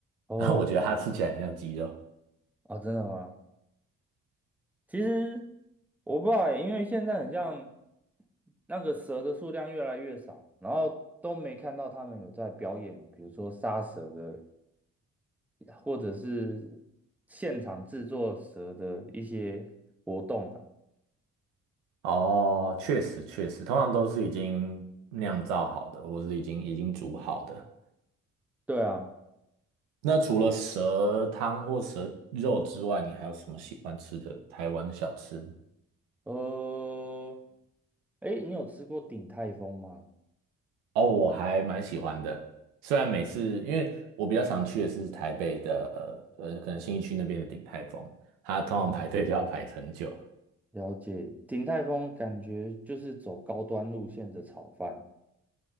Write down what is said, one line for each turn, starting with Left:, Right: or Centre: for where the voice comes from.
Centre: 哦
Right: 然后我觉得它吃起来很像鸡肉。
Centre: 哦，真的吗？其实我不知道欸，因为现在很像那个蛇的数量越来越少，然后都没看到他们有在表演，比如说杀蛇的，或者是现场制作蛇的一些活动啊。
Right: 哦，确实确实，通常都是已经酿造好的，或是已经已经煮好的。
Centre: 对啊，
Right: 那除了蛇汤或蛇肉之外，你还有什么喜欢吃的台湾的小吃吗？
Centre: 呃，诶，你有吃过鼎泰丰吗？
Right: 哦，我还蛮喜欢的，虽然每次因为我比较常去的是台北的，呃呃可能新义区那边的鼎泰丰，它通常排队就要排很久。
Centre: 哦，了解，鼎泰丰感觉就是走高端路线的炒饭。